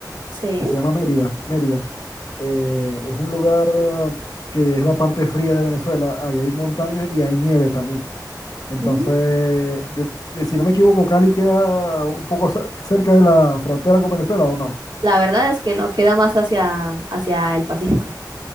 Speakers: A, on the right; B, on the left.
A: Sí.
B: que se llama Mérida. Mérida. Eh, es un lugar ah, que es la parte fría de Venezuela. Ahí hay montañas y hay nieve también. Entonces,
A: ujú.
B: yo, eh, si no me equivoco, Cali queda un poco cer- cerca de la frontera con Venezuela, ¿o no?
A: La verdad es que no queda más hacia, hacia el Pacífico.